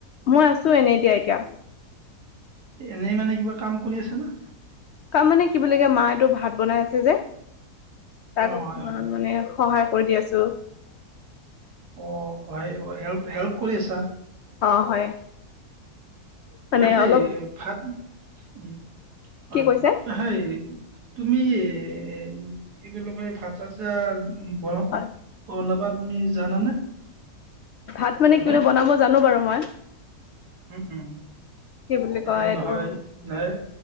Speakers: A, on the left; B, on the right.
A: মই আছো। ছো এনেই এ দিয়া এতিয়া
B: এনেই মানে কিবা কাম কৰি আছে না?
A: তাৰ মানে কি বুলি কয় মায়েটো ভাত বনাই আছে যে। তাক
B: অঁ
A: অকমান
B: হয় হয়
A: মানে সহায় কৰি দিয় আছ <unintelligible>
B: অহ ', হয়- হয় হেল্প -হেল্প কৰি আছা?
A: অ হয়।
B: ত
A: মানে
B: সেই
A: অলপ
B: ভাত উম হয়
A: কি কৈছে
B: সেই তুমি এ কি বুলি কয় <unintelligible> <unintelligible>
A: হয়
B: তুমি জানানে?
A: ভাত মানে
B: হেল্ল'
A: বনাব জানো বাৰু মই।
B: উম উম
A: কি বুলি কয়
B: এই
A: এইটো
B: নহয় নহয়